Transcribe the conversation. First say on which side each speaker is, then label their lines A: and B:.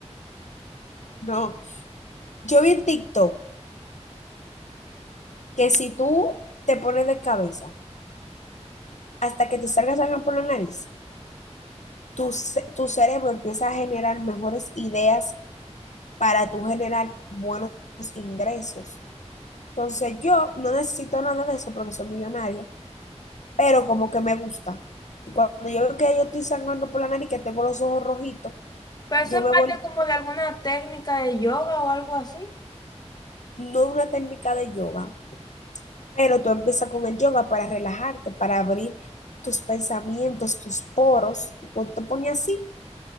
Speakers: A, on the left; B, on the left.
A: no, yo vi en TikTok que si tú te pones de cabeza hasta que te salga sangre por la nariz, tu, ce- tu cerebro empieza a generar mejores ideas para tú generar buenos ingresos. Entonces yo no necesito nada de eso porque soy millonaria pero como que me gusta. Y Cuando yo veo que yo estoy sangrando por la nariz, que tengo los ojos rojitos,
B: Pero
A: yo
B: eso es
A: me
B: parte
A: voy,
B: como de alguna técnica de yoga o algo así.
A: no es una técnica de yoga, pero tú empiezas con el yoga para relajarte, para abrir tus pensamientos, tus poros. Y cuando te pones así,